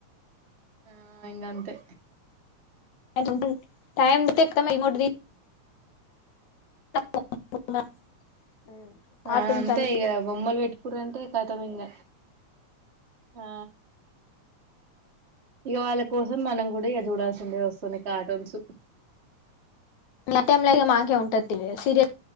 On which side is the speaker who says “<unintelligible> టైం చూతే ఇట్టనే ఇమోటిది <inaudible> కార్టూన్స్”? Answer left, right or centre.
Left